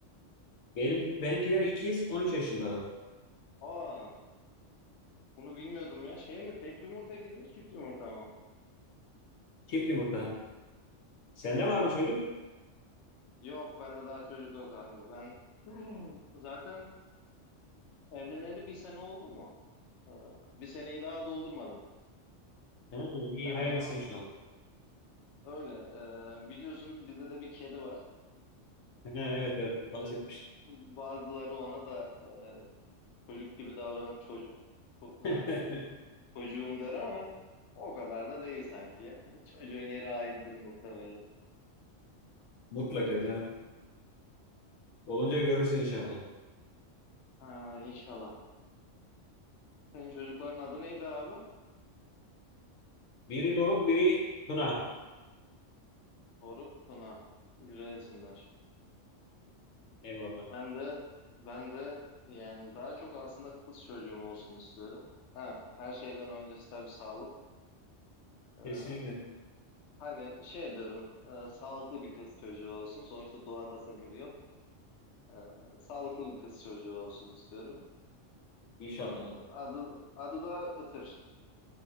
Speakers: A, on the left (about 85°); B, on the left (about 70°).
A: Benim, benimkiler ikiz 13 yaşındalar.
B: Aa, bunu bilmiyordum ya. Şey mi? Tek yumurta ikizi mi? Çift yumurta mı?
A: Çift yumurta. Sende
B: He.
A: var mı çocuk?
B: Yok bende daha çocuk yok abi. Ben <clears throat> zaten evleneli bir sene oldu mu? Ee, bir seneyi daha doldurmadım.
A: Ha, iyi
B: Hemen
A: hayırlısı
B: ama
A: inşallah.
B: öyle. Ee, biliyorsun bizde de bir kedi var.
A: Ha, evet evet
B: Bunları-
A: bahsetmiş.
B: Bazıları ona da e, Çocuk gibi davranıp çocuk
A: <laughs>
B: e, çocuğum der ama o kadar da değil sanki ya. <laughs> Çocuğun yeri ayrıdır muhtemelen.
A: Mutlaka canım. Olunca görürsün inşallah.
B: Ha, inşallah. Senin çocukların adı neydi abi?
A: Biri Doruk, biri Tuna.
B: Doruk, Tuna. Güzel isimler.
A: Eyvallah.
B: Ben de ben de yani daha çok aslında kız çocuğum olsun istiyorum. Ha, her şeyden öncesi tabii sağlık. Ee,
A: Kesinlikle.
B: hani şey diyorum, e, sağlıklı bir kız çocuğu olsun. Sonuçta doğada sınır yok. Ee, sağlıklı bir kız çocuğu olsun istiyorum.
A: İnşallah.
B: Ee, adı, adı da Itır.